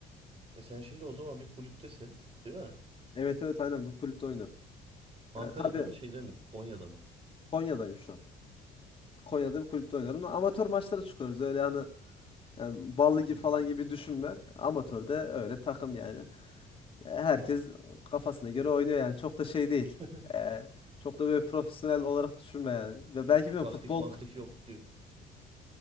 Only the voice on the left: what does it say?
Evet evet aynen bir kulüpte oynuyorum.
Yani tabii
Konya'dayım şu an. Konya'da bir kulüpte oynuyorum. Amatör maçlara çıkıyoruz. Öyle hani yani ballı gibi
falan gibi düşünme. Amatörde öyle
takım yani. Herkes kafasına göre oynuyor yani. Çok da şey değil.
E, çok da böyle profesyonel olarak düşünme yani. Ve belki bilmiyorum
futbol